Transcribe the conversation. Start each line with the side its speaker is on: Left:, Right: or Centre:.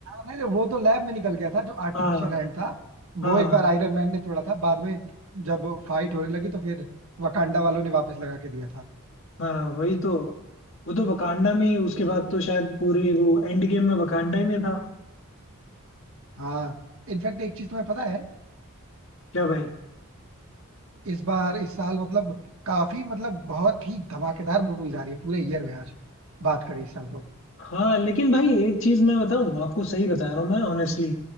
Right: नहीं नहीं, वो तो लैब में निकल गया था जो आर्टिफिशियल
Left: हाँ
Right: हैंड था
Left: हाँ
Right: वो एक बार आयरन मैन ने छोड़ा था बाद में जब फाइट होने लगी तो फिर वकांडा वालों ने वापस लगा के दिया था
Left: हाँ वही तो वो तो वकांडा में ही उसके बाद तो शायद पूरी वो एंड गेम में वकांडा ही में था
Right: हाँ इनफैक्ट एक चीज तुम्हें पता है
Left: क्या भाई
Right: इस बार इस साल मतलब काफी मतलब बहुत ही धमाकेदार मूवीज आ रही है पूरे ईयर में आज बात करें इस साल तो
Left: हाँ लेकिन भाई एक चीज मैं बताऊं आपको सही बता रहा हूँ मैं ऑनेस्टली